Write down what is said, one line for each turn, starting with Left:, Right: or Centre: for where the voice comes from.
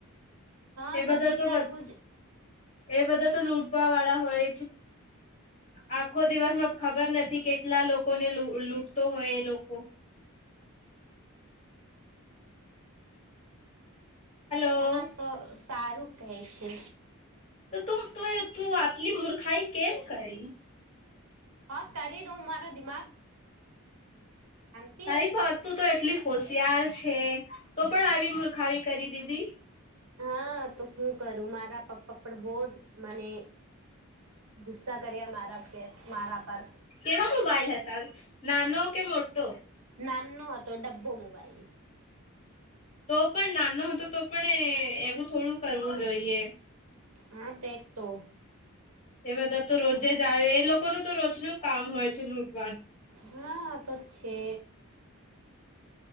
Right: હા
Left: એ બધા
Right: નહી
Left: તો
Right: કરવું જ
Left: એ બધા તો લૂટવા વાળા હોય. આખો દિવસમાં ખબર નથી કેટલા લોકોને લુટે તો હોય એ લોકો હેલો
Right: હા તો સારું કહે છે
Left: તો તે આટલી મૂર્ખાઈ કેમ કરી?
Right: હ કરી દ મારા દિમાગ જ
Left: તારી પાતું તો એટલી હોશિયાર છે તો પણ આવી મુર્ખાવી કરી દીધી?
Right: હા તો હું કરું મારા પપ્પા પણ બહુ જ મને ગુસ્સા કર્યા મારા પર મારા પર
Left: કેવા મોબાઈલ હતા નાનો કે મોટો?
Right: નાનો હતો ડબ્બો મોબાઈલ
Left: તો પણ નાનો હતો તો પણ એવું થોડું કરવું જોઈએ.
Right: હા તે જ તો
Left: એ બધા તો રોજે જ આવે એ લોકોનું તો રોજનું કામ હોય છે લૂંટવાનુ
Right: હા તો છે